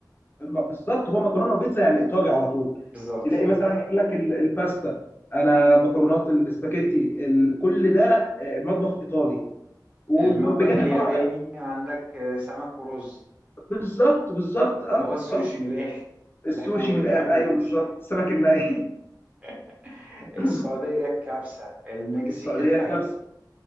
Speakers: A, on the left; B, on the right.
A: ما- بالظبط هو مكرونه وبيتزا يعني ايطالي على طول
B: بالظبط
A: تلاقي مثلا يقول لك ال- الباستا انا مكرونات السباكيتي ال- كل ده آه، مطبخ ايطالي وبجانب
B: المطبخ الياباني
A: طبعا
B: عندك آه، سمك ورز
A: بالظبط بالظبط اه
B: اللي هو السوشي
A: اه
B: من الآخر
A: السوشي
B: اللي احنا ما بنحبوش
A: من الآخر، ايوه بالظبط السمك الني
B: <laughs> السعودية
A: <laughs>
B: الكبسة المكسيك
A: السعوديه
B: الفاهيتا
A: الكبسه